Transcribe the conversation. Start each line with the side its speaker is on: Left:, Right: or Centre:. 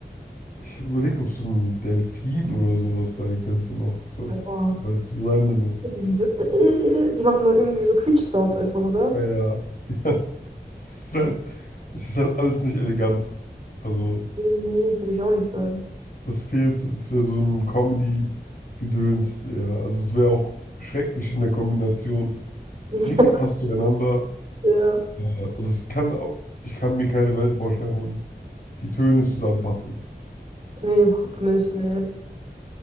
Left: ich überlege, ob es so ein Delfin oder sowas sein könnte noch, so als,
Right: boah.
Left: weil es random ist.
Right: Irgendwie So, äh, äh, äh, die machen doch irgendwie so Quietsch-Sounds einfach, oder?
Left: Ja, ja. <laughs> Ja. Es ist halt, es ist halt alles nicht elegant. Also.
Right: Nee, würde ich auch nicht sagen.
Left: Das fehlt so. Es wäre so ein Comedy-Gedöns eher. Also es wäre auch schrecklich in der Kombination.
Right: <laughs>
Left: Nichts passt zueinander.
Right: Ja.
Left: Äh, Also es kann auch, ich kann mir keine Welt vorstellen, wo die Töne zusammenpassen.
Right: Nee, überhaupt nicht, nee.